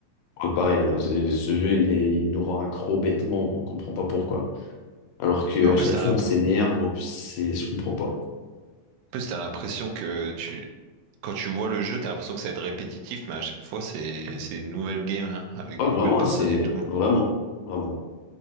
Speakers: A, on the left; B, on the right.
A: pareil, hein, j'ai- ce jeu, il est, il nous rend accro bêtement, on comprend pas pourquoi. Alors que
B: Mais en
A: à chaque
B: plus, t'as
A: fois,
B: l'imp-
A: on s'énerve,
B: en
A: en plus, c'est, je comprends pas.
B: plus, t'as l'impression que tu... quand tu vois le jeu, t'as l'impression que ça va être répétitif, mais à chaque fois, c'est c'est des nouvelles games, hein, avec
A: Oh,
B: des
A: vraiment,
B: nouvelles personnes
A: hein, c'est
B: et tout. hein.
A: vraiment, vraiment.